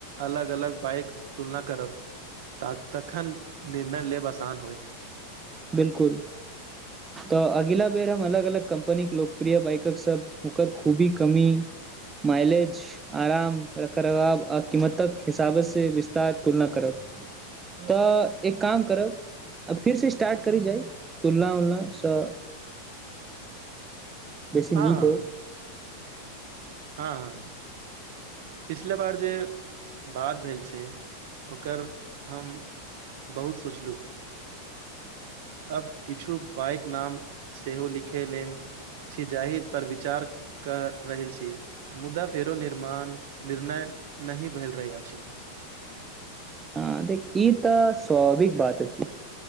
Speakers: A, on the right; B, on the right.
A: अलग अलग बाइक तुलना करब त तखन निर्णय लेब आसान होयत
B: बिलकुल
A: <inaudible>
B: तऽ अगिला बेर हम अलग अलग कम्पनीके लोकप्रिय बाइकक सब हुकर खूबी कमी माइलेज आराम रखरखाव आ कीमतक हिसाबत से विस्तार तुलना करब
A: हँ
B: तऽ एक काम करब आ फिरसँ स्टार्ट करी जाइ तुलना उलनासँ बेसी
A: हँ
B: नीक होइ
A: हँ हँ पिछले बार जे बात भेल छै ओकर हम बहुत सोचलहुँ अब किछु बाइक नाम सेहो लिखेलेल छी जाहि पर विचार क रहल छी मुदा फेरो निर्माण निर्णय नहि भेल रहै अछि
B: हँ देख ई तऽ स्वाविक बात छै